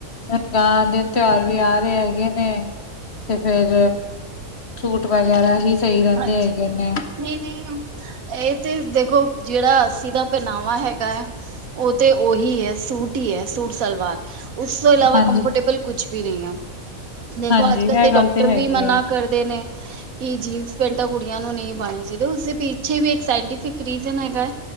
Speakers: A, on the left; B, on the right.
A: ਹੁਨ ਵਾਰ, ਦਿਨ ਤਿਉਹਾਰ ਵੀ ਆ ਰਹੇ ਹੈਗੇ ਨੇ ਤੇ ਫੇਰ ਸੂਟ ਵਗੈਰਾ ਹੀ ਸਹੀ ਰਹਿੰਦੇ
B: ਹਾਂਜੀ।
A: ਹੈਗੇ ਨੇ
B: ਨਹੀਂ-ਨਹੀਂ, ਇਹ ਤੇ ਦੇਖੋ ਜਿਹੜਾ ਅੱਸੀ ਦਾ ਪਹਿਨਾਵਾ ਹੈਗਾ ਹੈ ਉਹ ਤੇ ਉਹੀ ਹੈ। ਸੂਟ ਹੀ ਹੈ, ਸੂਟ ਸਲਵਾਰ ਉਸ ਤੋਂ ਇਲਾਵਾ
A: ਹਾਂਜੀ
B: ਕੰਫਰਟੇਬਲ ਕੁੱਛ ਵੀ ਨਹੀਂ ਹੈ ਦੇਖੋ
A: ਹਾਂਜੀ
B: ਅੱਜ ਕਲ
A: ਇਹ
B: ਤੇ
A: ਗੱਲ
B: ਡਾਕਟਰ
A: ਹੈਗੀ
B: ਵੀ ਮਨਾ
A: ਹੈ
B: ਕਰਦੇ ਨੇ। ਕਿ ਜੀਂਸ ਪੈਂਟਾਂ ਕੁੜੀਆਂ ਨੂੰ ਨਹੀਂ ਪਾਉਣੀ ਚਾਹੀਦੀ। ਉਸਦੇ ਪਿੱਛੇ ਵੀ ਇੱਕ ਸਾਇੰਟੀਫਿਕ ਰੀਜ਼ਨ ਹੈਗਾ ਹੈ